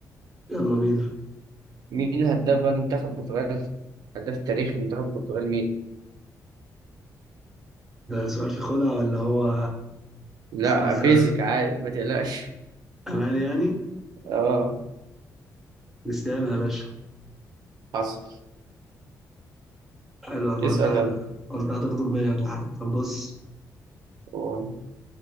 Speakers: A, in the centre; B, on the right (about 80°).
A: يلا بينا
B: مين الهداف بقى المنتخب البرتغال هداف تاريخ المنتخب البرتغال مين
A: ده سؤال في خدعة ولا هو
B: لا
A: سؤال
B: بيزك
A: سهل
B: عادي ما تقلقش
A: أمان يعني
B: <laughs> اه
A: كريستيانو يا باشا
B: حصل
A: حلو انا
B: اسأل
A: قلت
B: يلا
A: قلت هتغدر بيا ولا حاجه طب بص
B: أوه.